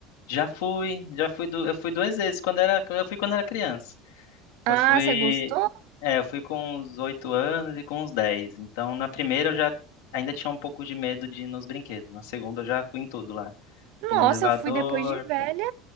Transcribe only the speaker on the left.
Já fui, já fui du- eu fui duas vezes quando era, eu fui quando era criança.
Eu fui,
é, eu fui com uns oito anos e com uns dez. Então, na primeira eu já ainda tinha um pouco de medo de ir nos brinquedos. Na segunda eu já fui em tudo lá.
Fui no elevador.